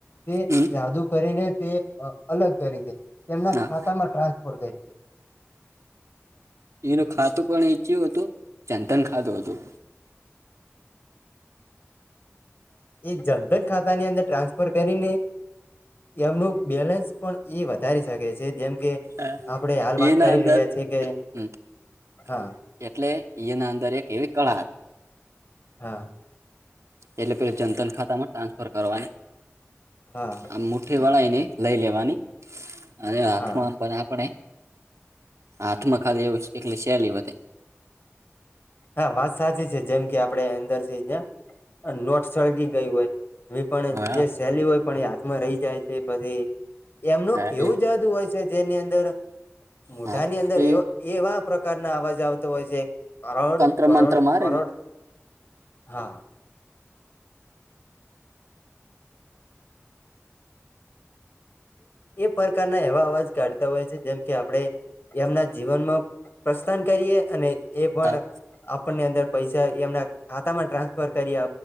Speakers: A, on the left; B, on the right.
A: તે
B: હમ
A: જાદુ કરીને તે અલગ કરી દે તેમના
B: હા
A: ખાતામાં ટ્રાન્સફર કરી દે
B: એનું ખાતું પણ એચું હતું ચંદન ખાતું હતું
A: એ જનધન ખાતા ની અંદર ટ્રાન્સફર કરીને એમનું બેલેન્સ પણ એ વધારી શકે છે જેમ કે
B: હ
A: આપડે હાલ વાત
B: એના
A: કરી
B: અંદર
A: રહ્યા છીએ કે
B: હ
A: હા
B: એટલે એના અંદર એક એવી કળા હતી
A: હા
B: એટલે પેલા જનતન ખાતા માં ટ્રાન્સફર કરવાની
A: હા
B: આ મુઠે વાળા ન લઈ લેવાની અને આાથ
A: હા
B: ન આમ પણ આપણે હાથમાં ખાલી એવું એકલી સહેલી વધે
A: હા વાત સાચી છે જેમ કે આપે અંદર થી નોટ, સળગી ગયું હોય એ પણ
B: હા
A: જે સહેલી હોય પણ એ હાથમાં રહી જાય છે પછી એમનું
B: હા
A: એવું
B: એ
A: જાદુ હોય છે જેની અંદર મોઢાની
B: હા
A: અંદર
B: એ
A: એવા પ્રકારના અવાજ આવતો હોય છે કરડ
B: તંત્ર
A: કરોડ
B: મંત્ર મારે
A: કરોડ
B: ને
A: હા એ પ્રકારના એવા અવાજ કાઢતા હોય છે જેમ કે આપણેે એમના જીવનમાં પ્રસ્થાન કરીએ અને એ પણ
B: હા
A: આપણની અંદર પૈસા એમના ખાતા માં ટ્રાન્સફર કરી